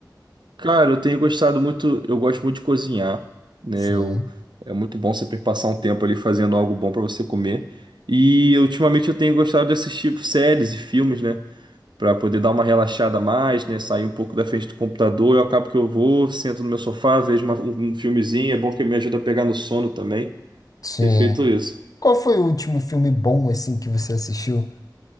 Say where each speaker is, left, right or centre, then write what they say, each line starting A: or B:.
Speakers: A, on the right; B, on the left.
A: Cara, eu tenho gostado muito, eu gosto muito de cozinhar, né?
B: Sim,
A: Eu, é muito bom você passar um tempo ali fazendo algo bom pra você comer. E ultimamente eu tenho gostado de assistir séries e filmes, né? para poder dar uma relaxada a mais, né? Sair um pouco da frente do computador. Eu acabo que eu vou, sento no meu sofá, vejo uma- um filmezinho. É bom que me ajuda a pegar no sono também.
B: sim.
A: Ter feito isso.
B: Qual foi o último filme bom assim que você assistiu?